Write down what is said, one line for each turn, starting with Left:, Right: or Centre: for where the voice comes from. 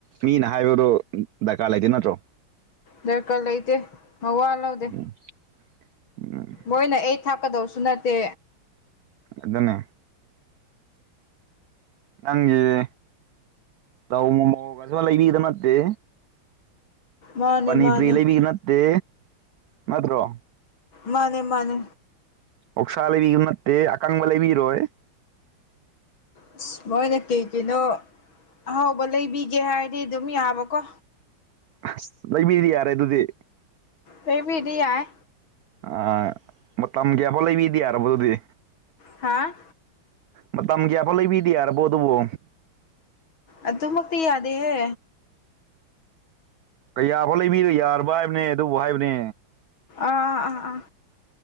Right: ꯃꯤꯅ ꯍꯥꯏꯕꯗꯣ ꯗꯔꯀꯥꯔ ꯂꯩꯇꯦ ꯅꯠꯇ꯭ꯔꯣ?
Left: ꯗꯔꯀꯥ ꯂꯩꯇꯦ ꯃꯋꯥ ꯂꯧꯗꯦ꯫
Right: ꯎꯝ ꯎꯝ
Left: ꯃꯣꯏꯅ ꯑꯩ ꯊꯥꯛꯀꯗꯧꯁꯨ ꯅꯠꯇꯦ꯫
Right: ꯑꯗꯨꯅꯦ꯫ ꯅꯪꯒꯤꯁꯤꯗꯤ ꯆꯧ ꯃꯣꯃꯣꯒꯁꯨ ꯂꯩꯕꯤꯕ ꯅꯠꯇꯦ꯫
Left: ꯃꯥꯅꯦ
Right: ꯄꯅꯤꯄꯨꯔꯤ
Left: ꯃꯥꯅꯦ
Right: ꯂꯩꯕꯤꯕ ꯅꯠꯇꯦ, ꯅꯠꯇ꯭ꯔꯣ?
Left: ꯃꯥꯅꯦ ꯃꯥꯅꯦ꯫
Right: ꯑꯣꯛꯁꯥ ꯂꯩꯕꯤꯕ ꯅꯠꯇꯦ, ꯑꯀꯪꯕ ꯂꯩꯕꯤꯔꯣꯏ꯫
Left: ꯑꯁ ꯃꯣꯏꯅ ꯀꯩ ꯀꯩꯅꯣ ꯑꯍꯥꯎꯕ ꯂꯩꯕꯤꯒꯦ ꯍꯥꯏꯔꯗꯤ ꯑꯗꯨꯝ ꯌꯥꯕꯀꯣ꯫
Right: ꯑꯁ ꯂꯩꯕꯤꯔꯗꯤ ꯌꯥꯔꯦ ꯑꯗꯨꯗꯤ꯫
Left: ꯂꯩꯕꯤꯗꯤ ꯌꯥꯏ꯫
Right: ꯑꯥ ꯃꯇꯝ ꯀꯌꯥꯐꯥꯎ ꯂꯩꯕꯤꯗꯤ ꯌꯥꯔꯕꯣꯗꯨꯗꯤ?
Left: ꯍꯥꯥ
Right: ꯃꯇꯝ ꯀꯌꯥꯐꯥꯎ ꯂꯩꯕꯤꯗꯤ ꯌꯥꯔꯕꯣ ꯑꯗꯨꯕꯨ?
Left: ꯑꯗꯨꯃꯛꯇꯤ ꯌꯥꯗꯦꯍꯦ꯫
Right: ꯀꯌꯥꯐꯥꯎ ꯂꯩꯕꯤꯔ ꯌꯥꯔꯕꯣ ꯍꯥꯏꯕꯅꯦ ꯑꯗꯨꯕꯨ ꯍꯥꯏꯕꯅꯦ?
Left: ꯑꯥꯥ ꯑꯥ ꯑꯥ